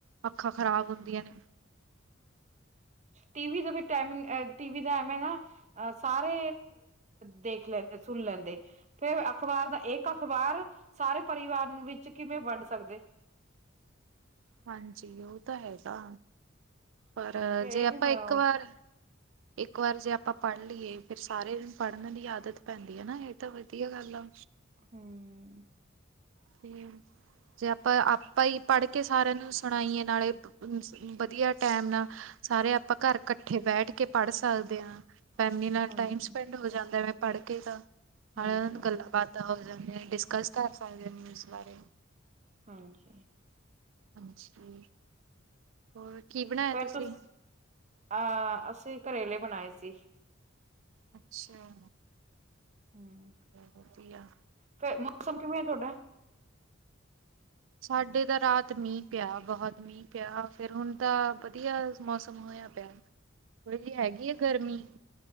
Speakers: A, on the right; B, on the right.
A: ਅੱਖਾਂ ਖ਼ਰਾਬ ਹੁੰਦੀਆਂ ਨੇ
B: ਟੀ ਵੀ ਦਾ ਟਾਇਮ ਟੀ ਵੀ ਦਾ ਐਵੇਂ ਨਾ ਆ ਸਾਰੇ ਦੇਖ ਲੈਂਦੇ ਸੁਂਣ ਲੈਂਦੇ ਫੇਰ ਅਖ਼ਬਾਰ ਦਾ ਇੱਕ ਅਖਬਾਰ ਸਾਰੇ ਪਰਿਵਾਰ ਨੂੰ ਵਿੱਚ ਕਿਵੇਂ ਵੰਡ ਸਕਦੇ?
A: ਹਾਂਜੀ, ਉਹ ਤਾਂ ਹੈਗਾ, ਪਰ
B: ਤੇ
A: ਜੇ
B: ਇਹ
A: ਆਪਾਂ
B: ਵੀ ਹਮ
A: ਇੱਕ ਵਾਰ ਇੱਕ ਵਾਰ ਜੇ ਆਪਾਂ ਪੜ੍ਹ ਲਈਏ ਫੇਰ ਸਾਰੇ ਪੜ੍ਹਨ ਦੀ ਆਦੱਤ ਪੈਂਦੀ ਐ ਨਾ ਇਹ ਤਾਂ ਵਧੀਆ ਗੱਲ ਆ।
B: ਹੁੰ।
A: <unintelligible> ਜੇ ਆਪਾਂ ਆਪਾਂ ਹੀ ਪੜ੍ਹ ਕੇ ਸਾਰਿਆਂ ਨੂੰ ਸੁਣਾਈਏ ਨਾਲੇ ਵਧੀਆ ਟਾਈਮ ਨਾਲ ਸਾਰੇ ਆਪਾਂ ਕਾਰ ਇਕੱਠੇ ਬੈਠ ਕੇ ਪੜ ਸਕਦੇ ਹਾਂ। ਫੈਂਮਲੀ ਨਾਲ
B: ਹਾਂਜੀ
A: ਟਾਈਮ ਸਪੈਂਡ ਹੋ ਜਾਂਦਾ ਮੈਂ ਪੜ੍ਹ ਕੇ ਤਾਂ
B: ਹਾਂਜੀ
A: ਨਾਲੇ ਉਹ ਨੂੰ ਗੱਲਾਂ ਬਾਤਾਂ ਤਾਂ ਹੋ ਜਾਂ ਡਿਸਕਸ ਤਾਂ ਕਰ ਸਕਦੇ ਨਿਊਜ਼ ਬਾਰੇ
B: ਹਾਂਜੀ।
A: ਹਾਂਜੀ। ਹੋਰ ਕੀ ਬਣਾਇਆ
B: ਫਿਰ
A: ਤੁਸੀਂ
B: ਤੁਸ ਅਹ ਅਸੀਂ ਕਰੇਲੇ ਬਣਾਏ ਸੀ।
A: ਅੱਛਾ,
B: ਹੂੰ
A: ਵਧੀਆ।
B: ਫੇਰ ਮੌਸਮ ਕਿਵੇਂ ਐ ਤੁਹਾਡਾ?
A: ਸਾਡੇ ਤਾਂ ਰਾਤ ਮੀਂਹ ਪਿਆ ਬਹੁਤ ਮੀਂਹ ਪਿਆ ਫੇਰ ਹੁਣ ਤਾਂ ਵਧੀਆ ਮੌਸਂਮ ਹੋਇਆ ਪਿਆ। ਥੋੜੀ ਜਿਹੀ ਹੈਗੀ ਆ ਗਰਮੀਂ।